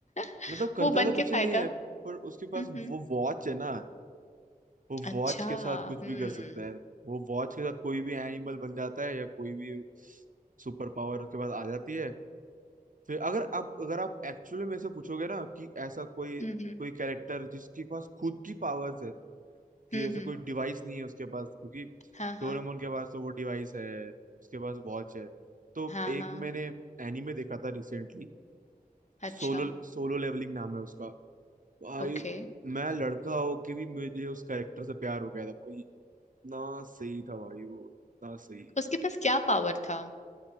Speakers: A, on the left; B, on the right.
A: <laughs>
B: मतलब करता
A: वो बन
B: तो कुछ
A: के
B: नहीं
A: फायदा
B: है पर उसके पास
A: हम्म
B: वो वॉच है ना वो वॉच
A: अच्छा
B: के साथ कुछ
A: हम्म
B: भी कर सकता है वो वॉच के साथ कोई भी एनिमल बन जाता है या कोई भी सुपर पावर उसके पास आ जाती है फिर अगर आप अगर आप एक्चुअली मेरे से पूछोगे ना कि ऐसा कोई
A: हम्म
B: कोई कैरेक्टर जिसके पास खुद की पावर्स है कि
A: हम्म
B: ऐसा
A: हम्म
B: कोई डिवाइस नहीं है उसके पास क्योंकि
A: हाँ हाँ
B: डोरेमोन के पास तो वो डिवाइस है उसके पास वॉच है तो
A: हाँ
B: एक
A: हाँ
B: मैंने एनीमे देखा था रिसेंटली
A: अच्छा
B: सोलो सोलो लेवलिंग नाम है उसका भाई
A: ओके
B: मैं लड़का हो के भी मुझे उस कैरेक्टर से प्यार हो गया था भाई इतना सही था भाई वो इतना सही
A: उसके पास क्या पावर था